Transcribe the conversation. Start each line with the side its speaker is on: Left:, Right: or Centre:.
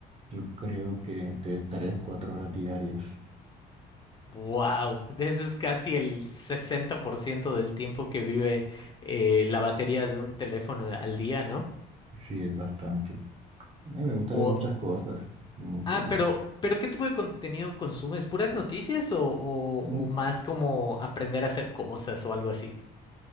Right: Yo creo que entre 3, 4 horas diarias,
Left: Wow, eso es casi el 60% del tiempo que vive eh, la batería de un teléfono al día, ¿no?
Right: sí es bastante. A mí me gusta
Left: O,
Right: ver muchas
Left: Ujú.
Right: cosas. mm, por
Left: ah,
Right: ejemplo,
Left: pero, pero ¿qué tipo de contenido consumes? ¿Puras noticias o, o,
Right: mm,
Left: o más como aprender a hacer cosas o algo así?